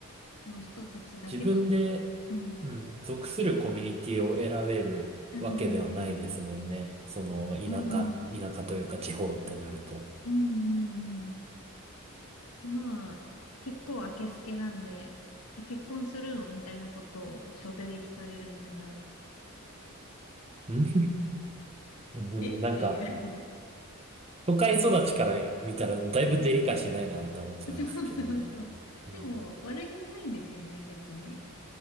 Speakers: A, on the left (about 80°); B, on the right (about 25°).
A: の人たちだけと、
B: 自分で、
A: うん、
B: うん、属するコミュニティを選べるわけではないですもんね。
A: うん、うん、
B: その、田舎、
A: うん、うん、
B: 田舎というか地方ってなると。
A: うん、うんうんまあ、結構あけすけなんで、え、結婚するのみたいなことを初手で聞かれるみたいな、
B: うん、うんなんか、
A: えっていう
B: 都会育ちから見たらだいぶデリカシーないなと思っちゃいますけどね。
A: <laughs> そうそうそう。
B: うん。
A: でも、悪気ないんですよね、別に。